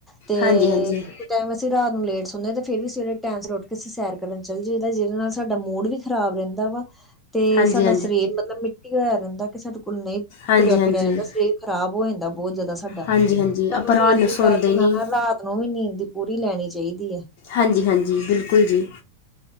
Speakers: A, in the centre; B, on the left.
A: ਤੇ
B: ਹਾਂਜੀ ਹਾਂਜੀ ਹਾਂਜੀ
A: ਟਾਈਮ ਅਸੀਂ ਰਾਤ ਨੂੰ ਲੇਟ ਸੁਣਦੇ ਫਿਰ ਵੀ ਸਵੇਰੇ ਟਾਈਮ ਚ ਉੱਠ ਕੇ ਅਸੀਂ ਸੈਰ ਕਰਨ ਚੱਲ ਜਏਦਾ ਜਿਹਦੇ ਨਾਲ ਸਾਡਾ ਮੂਡ ਵੀ ਖ਼ਰਾਬ ਰਹਿੰਦਾ ਵਾ ਤੇ
B: ਹਾਂਜੀ
A: ਸਾਡਾ ਸਰੀਰ ਮਤਲਬ ਮਿੱਟੀ ਹੋਇਆ ਰਹਿੰਦਾ ਕਿ ਸਾਡੇ ਕੋਲ ਨਹੀਂ
B: ਹਾਂਜੀ
A: ਤੁਰਿਆ
B: ਹਾਂਜੀ
A: ਫਿਰਿਆ ਜਾਂਦਾ ਸਰੀਰ ਖ਼ਰਾਬ ਹੋ ਜਾਂਦਾ ਬਹੁਤ ਜ਼ਿਆਦਾ ਸਾਡਾ
B: ਹਾਂਜੀ ਹਾਂਜੀ
A: ਸਾਨੂੰ
B: ਆਪਾਂ ਰਾਤ
A: ਸਵੇਰ
B: ਨੂੰ
A: ਦੀ
B: ਸੌਂਦੇ
A: ਸੈਰ ਦੇ
B: ਨਹੀਂ
A: ਨਾਲ ਨ ਵੀ ਨੀਂਦ ਦੀ ਪੂਰੀ ਲੈਣੀ ਚਾਹੀਦੀ ਹੈ
B: ਹਾਂਜੀ ਹਾਂਜੀ ਬਿਲਕੁਲ ਜੀ